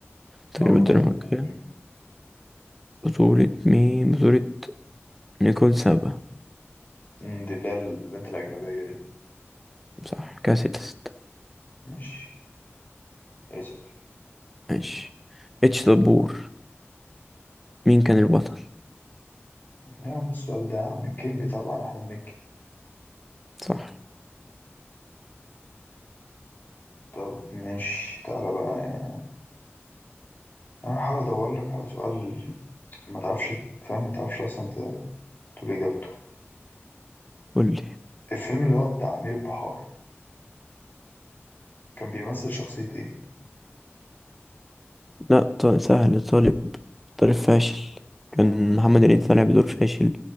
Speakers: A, in the centre; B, on the left.
A: تجربة
B: أو البطلة
A: الدنماركية
B: كانت مين؟
A: بطولة مين بطولة نيكول سابا
B: مم، دي اللي هي البنت الأجنبية دي
A: صح كده ستة ستة
B: مش اسأل
A: ماشي اتش دبور مين كان البطل
B: يا عم السؤال ده يا عم الكينج طبعا أحمد مكي
A: صح
B: طب مش تعالى بقى يعني أنا هحاول أدور لك على سؤال ما تعرفش تفهم ما تعرفش أصلا ت- تقول إجابته
A: قولي
B: الفيلم اللي هو بتاع أمير البحار كان بيمثل شخصية إيه؟
A: لا ط- سهل طالب طالب فاشل كان محمد هنيدي طالع بدور فاشل